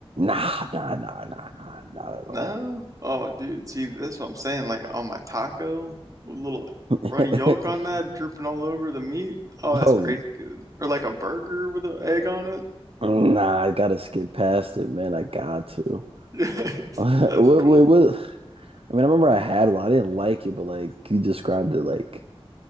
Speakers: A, on the right; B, on the right.
A: Nah, nah, nah, nah, nah, not at
B: No?
A: all.
B: Oh, dude, see, that's what I'm saying. Like on my taco, with a little
A: <laughs>
B: runny yolk on that, dripping all over the meat. Oh, that's
A: Oh,
B: crazy good. Or like a burger with an egg on it. <laughs>
A: nah, I gotta skip past it, man. I got to. <laughs>
B: Yes,
A: What,
B: that's cool.
A: wait, what? I mean, I remember I had one. I didn't like it, but like you described it, like,